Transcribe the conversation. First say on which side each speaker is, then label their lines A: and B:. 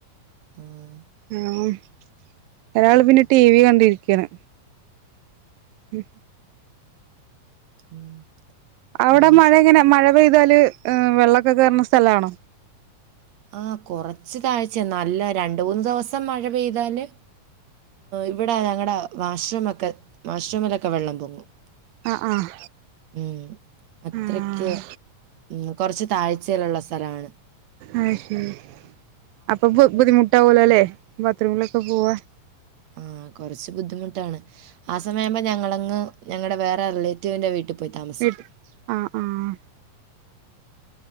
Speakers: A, on the right; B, on the right.
A: ആഹ്
B: ആഹ് ഒരാള് പിന്നെ ടി വി കണ്ടിരിക്കാണ് ഉം
A: ഉം
B: അവിടെ
A: പിന്നെ
B: മഴ ഇങ്ങനെ മഴ പെയ്താല് വെള്ളൊക്കെ കേറുന്ന സ്ഥലാണോ
A: ആഹ് കൊറച്ചു താഴ്ചെ നല്ല രണ്ട് മൂന്നു ദിവസം മഴ പെയ്താല് ഇവിടെ ഞങ്ങളടെ വാഷ്രമൊക്കെ വാഷ്രമലൊക്കെ വെള്ളം പൊങ്ങും
B: അഹ് ആഹ്
A: ഉം അത്രക്ക്
B: ആഹ്
A: ഉം കൊറച്ച് താഴ്ചയില് ള്ള സലാണ്.
B: അയ് ശരി അപ്പൊ ബുദ്ധിമുട്ടാവുല്ലോ ബാത്റൂമിലൊക്കെ പോവാൻ
A: ആഹ് കൊറച്ച് ബുദ്ധിമുട്ടാണ് ആ സമയാംപ ഞങ്ങളങ്ങ് ഞങ്ങളടെ വേറെ റിലേറ്റീവിന്റെ വീട്ടിൽ പോയി താമസിക്കും
B: വീട്ട് ആഹ് ആഹ്